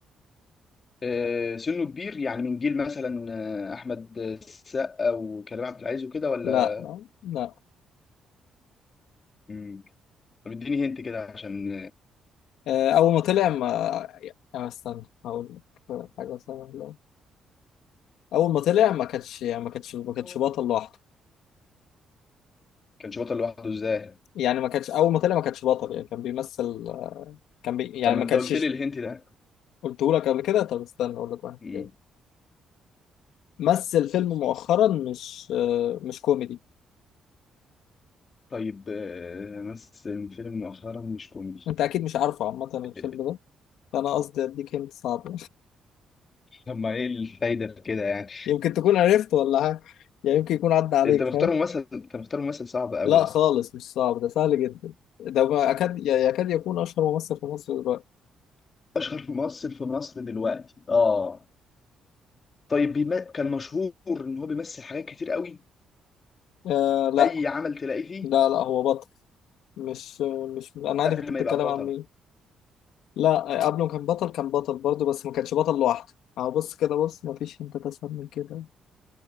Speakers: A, on the left; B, on the left.
A: آه، سنه كبير يعني من جيل مثلا آه، احمد السقا وكريم عبد العزيز وكده ولا
B: لا لا لا
A: مم. طب اديني هنت كده عشان
B: آه اول ما طلع ما يعني استنى هقول لك حاجه سهله اول ما طلع ما كانش ما كانش ما كانش
A: آه،
B: بطل لوحده
A: كانش بطل لوحده ازاي
B: يعني ما كانش اول ما طلع ما كانش بطل يعني كان بيمثل كان بي يعني
A: طب ما
B: ما
A: انت
B: كانش
A: قلت لي الهنت ده
B: قلته لك قبل كده طب استنى اقول لك واحد
A: مم.
B: تاني مثل فيلم مؤخرا مش آه، مش كوميدي
A: طيب آه، مثل فيلم مؤخرا مش كوميدي
B: انت اكيد مش عارفه عامه الفيلم
A: آه،
B: ده فانا قصدي اديك هنت صعب
A: طب ما ايه الفايده في كده يعني
B: يمكن تكون عرفت ولا حاجة يعني يمكن يكون عدى عليك
A: انت مختار
B: فاهم
A: ممثل انت مختار ممثل صعب قوي
B: لا
A: يا اسطى
B: خالص مش صعب ده سهل جدا ده ما أكاد يعني يكاد يكون أشهر ممثل في مصر دلوقتي
A: اشهر ممثل في مصر دلوقتي اه طيب بيم... كان مشهور ان هو بيمثل حاجات كتير قوي
B: آه لا
A: اي عمل تلاقيه فيه
B: لا لا هو بطل مش مش أنا عارف
A: قبل
B: أنت
A: ما
B: بتتكلم
A: يبقى بطل
B: عن مين لا قبله كان بطل كان بطل برضه بس ما كانش بطل لوحده أهو بص كده بص ما فيش أنت تسهل من كده